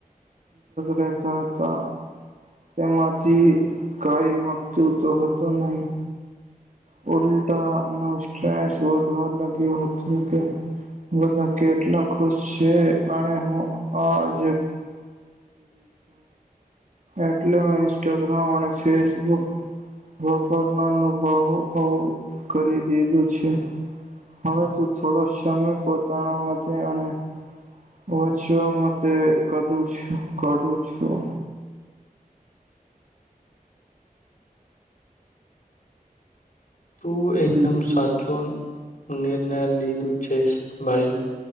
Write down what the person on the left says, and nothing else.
તું એકદમ
સાચો નિર્ણય લીધો છે ભાઈ